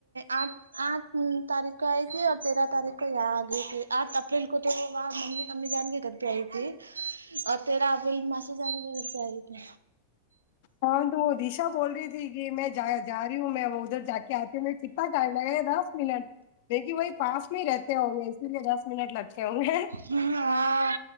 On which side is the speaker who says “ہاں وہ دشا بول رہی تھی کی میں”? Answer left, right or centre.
Left